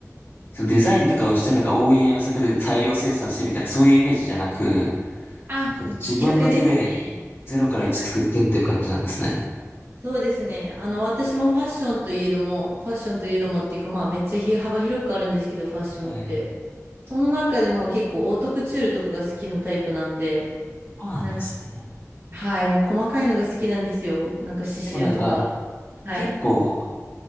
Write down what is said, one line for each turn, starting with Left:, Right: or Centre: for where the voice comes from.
Left: そのデザインとかをして、なんか OEM 作で大量生産してみたいな、そういうイメージじゃなく、
Right: あ、
Left: なんか自分の手で
Right: 逆ですね。
Left: ゼロから1作ってっていう感じなんですね。
Right: はい。そうですね。あの、私もファッションといえども、ファッションといえどもっていうか、まあめっちゃひ幅広くあるんですけど、ファッションって。
Left: はい。
Right: その中でも結構オートクチュールとかが好きなタイプなので、
Left: そうなんですね。
Right: なんかはい、もう細かいのが好きなんですよ。なんか刺繍とか。
Left: でもなんか、
Right: はい。
Left: 結構、